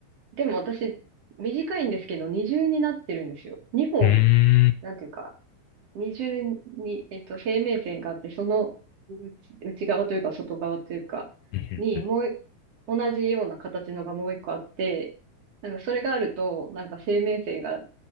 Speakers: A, on the right; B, on the left.
A: でも私、短いんですけど、二重になってるんですよ。二本、
B: うん。
A: なんていうか、二重に、えっと、生命線があって、その内、内側というか外側というかに、
B: うーん。うんうんうん
A: もうい、同じような形のがもう一個あって、なんかそれがあると、なんか生命線が、